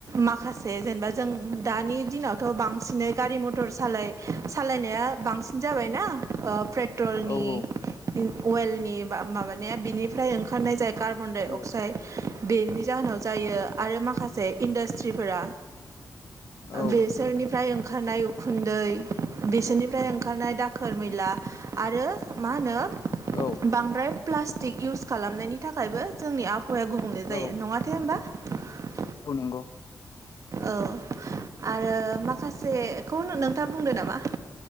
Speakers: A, on the right; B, on the left.
A: माखासे जेनेबा जों दानि दिनावथ' बां सिनै गारि मथर सालाय सालायनाया बांसिन जाबायनाा ओ पेट्रलनि
B: औ औ
A: अवेलनि ब माबानाया बिनिफ्राय ओंखारनाय जाय कार्बन डाइ
B: औ
A: अक्साइड बेनि जाहोनाव जायो आरो माखासे इन्डास्ट्रिफोरा
B: औ
A: बेसोरनिफ्राय ओंखारनाय उखुन्दै बिसोरनिफ्राय ओंखारनाय दाखोर मैला आरो मा होनो
B: औ
A: बांद्राय प्लास्टिक इउस खालामनायनि थाखायबो जोंनि आब हौवाया गुबुंले जायो
B: औ
A: नङाथाये होनोमबा
B: औ नांगौ।
A: औ आरो माखासेखौ नोंथाङा बुंदो नामा